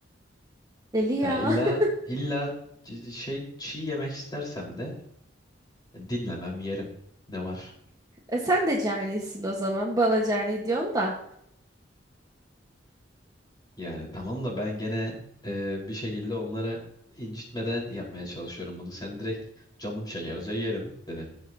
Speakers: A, on the right (about 20°); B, on the left (about 25°).
A: Deli
B: Ha,
A: ya.
B: illa
A: <laughs>
B: illa c- c- şey çiğ yemek istersem de dinlemem yerim. Ne var?
A: E sen de canisin o zaman. Bana cani diyorsun da.
B: Yani tamam da ben gene e, bir şekilde onları incitmeden yapmaya çalışıyorum bunu. Sen direkt canım çekerse yerim dedin.